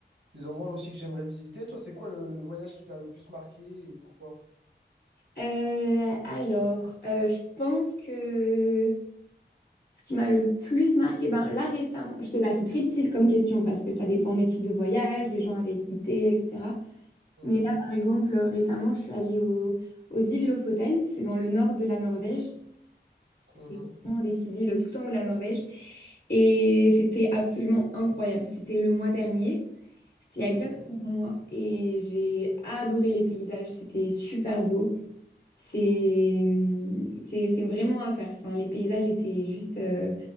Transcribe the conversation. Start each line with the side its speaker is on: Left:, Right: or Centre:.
Right: Des endroits aussi que j'aimerais visiter. Toi, c'est quoi le, le voyage qui t'a le plus marqué et pourquoi?
Left: Euh, alors, euh, je pense que Ce qui m'a le plus marqué, ben là récemment, je sais pas, c'est très difficile comme question parce que ça dépend des types de voyages, des gens avec qui t'es, etc.
Right: Mhm,
Left: Mais là, par exemple, euh, récemment, je suis allée au- aux îles Lofoten, c'est dans le nord de la Norvège. C'est
Right: mhm,
Left: vraiment des petites îles tout en haut de la Norvège. Et c'était absolument incroyable. C'était le mois dernier, c'était il y a exactement
Right: Ok.
Left: un mois, et j'ai adoré les paysages, c'était super beau. C'est c'est- c'est vraiment à faire. Enfin, les paysages étaient juste euh,